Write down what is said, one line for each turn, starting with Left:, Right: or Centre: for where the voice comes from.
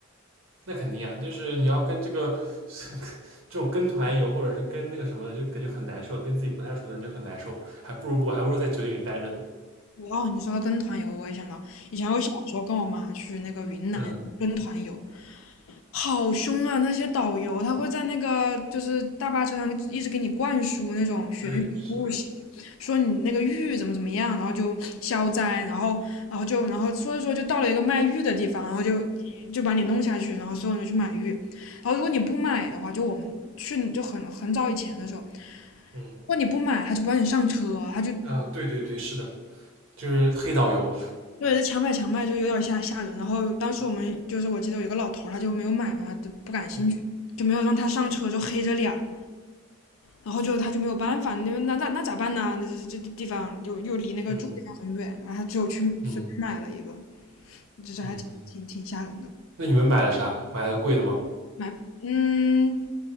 Right: 那肯定啊，就是你要跟这个 <laughs> 这种跟团游，或者是跟那个什么的，就感觉很难受，跟自己不太熟的人就很难受，还不如不，还不如在酒店里待着呢。
Left: 哦，你说到跟团游，我也想到以前我小时候跟我妈去那个云南跟团游，
Right: 嗯
Left: 好凶啊！那些导游他会在那个就是大巴车上一直给你灌输那种玄学故事，
Right: 对，是的，
Left: 说你那个玉怎么怎么样，然后就消灾，然后然后就然后说着说着就到了一个卖玉的地方，然后就就把你弄下去，然后所有人就去买玉，然后如果你不买的话，就我们去就很很早以前的时候，如
Right: 嗯
Left: 果你不买，他就不让你上车，他就
Right: 啊，对对对，是的，就是黑导游。
Left: 对，这强买强卖就有点吓吓人。然后当时我们就是我记得有一个老头儿，他就没有买嘛，他就不感兴趣，
Right: 嗯
Left: 就没有让他上车，就黑着脸儿。然后就他就没有办法，那那那那咋办呢？那这这地方又又离那个住的地方很远，
Right: 嗯
Left: 然后他只有去随便买了一个，
Right: 嗯
Left: 就是还挺挺挺吓人的。
Right: 嗯，那你们买了啥？买了贵的吗？
Left: 买嗯，